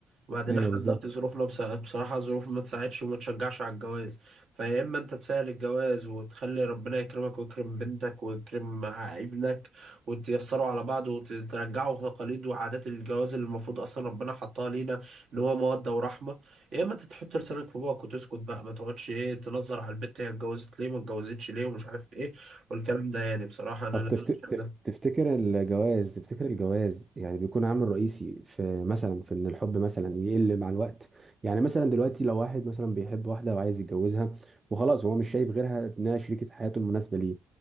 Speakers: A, on the right; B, on the right.
A: وبعدين
B: ايوه
A: احنا
B: بالظبط
A: دلوقتي ظروفنا بس- بصراحة الظروف ما تساعدش وما تشجعش على الجواز فيا اما انت تسهل الجواز وتخلي ربنا يكرمك ويكرم بنتك ويكرم ع- ابنك وتيسروا على بعض وترجعوا تقاليد وعادات الجواز اللي المفروض اصلا ربنا حطها لينا اللي هو مودة ورحمة يا اما انت تحط لسانك في بوقك وتسكت بقى ما تقعدش ايه تنظر على البت هي اتجوزت ليه ما اتجوزتش ليه ومش عارف ايه والكلام ده يعني بصراحة انا
B: طب
A: انا
B: تفت... تف-
A: شايف ده
B: تفتكر الجواز تفتكر الجواز يعني بيكون عامل رئيسي في مثلا في ان الحب مثلا يقل مع الوقت يعني مثلا دلوقتي لو واحد مثلا بيحب واحدة وعايز يتجوزها وخلاص هو مش شايف غيرها انها شريكة حياته المناسبة ليه